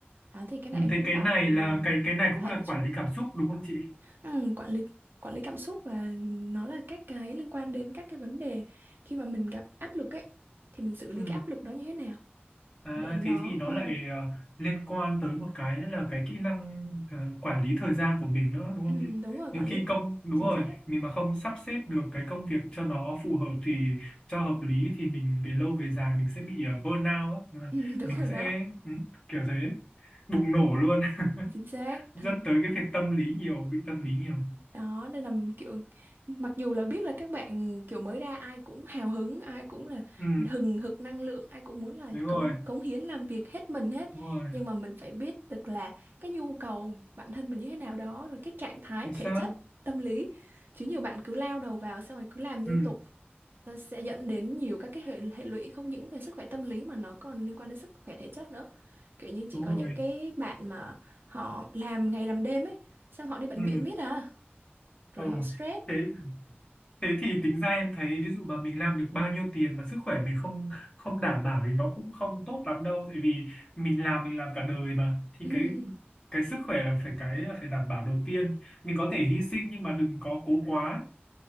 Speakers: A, on the right (about 60°); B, on the left (about 20°).
A: Đó thì cái này
B: Ừ,
A: em
B: thế
A: cũng
B: cái
A: phải
B: này là cái cái này
A: cẩn
B: cũng
A: thận
B: là
A: một chút.
B: quản lý cảm xúc đúng không chị?
A: Ừ, quản lý quản lý cảm xúc và nó là các cái liên quan đến các cái vấn đề khi mà mình gặp áp lực ấy thì mình xử lý
B: Ừ.
A: cái áp lực đó như thế nào
B: À,
A: để nó
B: thế thì nó
A: ừ,
B: lại ờ, liên quan tới một cái nữa là cái kỹ năng ờ, quản lý thời gian của mình nữa đúng không
A: ừ,
B: chị?
A: đúng rồi quản
B: Nhiều khi
A: lý th-
B: công đúng
A: chính
B: rồi,
A: xác
B: mình mà không sắp xếp được cái công việc cho nó phù hợp thì cho hợp lý thì mình về lâu về dài mình sẽ bị ờ, burnout á,
A: ừ, <laughs> đúng
B: mình
A: rồi đó
B: sẽ ừ, kiểu thế bùng nổ luôn,
A: chính xác
B: <laughs> dẫn
A: Thành
B: tới cái việc tâm lý nhiều, bị tâm lý nhiều.
A: Đó, nên là kiểu mặc dù là biết là các bạn kiểu mới ra ai cũng hào hứng, ai cũng là
B: Ừ,
A: hừng hực năng lượng, ai cũng muốn là
B: đúng
A: cống
B: rồi,
A: cống hiến làm việc hết mình hết.
B: đúng rồi,
A: Nhưng mà mình phải biết được là cái nhu cầu bản thân mình như thế nào đó rồi cái trạng thái
B: chính xác.
A: thể chất, tâm lý. Chứ nhiều bạn cứ lao đầu vào xong rồi cứ làm liên
B: Ừ,
A: tục ta sẽ dẫn đến nhiều các cái hệ hệ lụy không những về sức khỏe tâm lý mà nó còn liên quan đến sức khỏe thể chất nữa. Kiểu như chị
B: đúng
A: có những
B: rồi.
A: cái bạn mà họ làm ngày làm đêm ấy, xong họ đi bệnh
B: Ừ,
A: viện miết à rồi
B: ừ.
A: họ stress
B: Thế thế thì tính ra em thấy ví dụ mà mình làm được bao nhiêu tiền mà sức khỏe mình không không đảm bảo thì nó cũng không tốt lắm đâu tại vì mình làm mình làm cả đời mà thì
A: Ừm,
B: cái cái sức khỏe là phải cái phải đảm bảo đầu tiên mình có thể hy sinh nhưng mà đừng có cố quá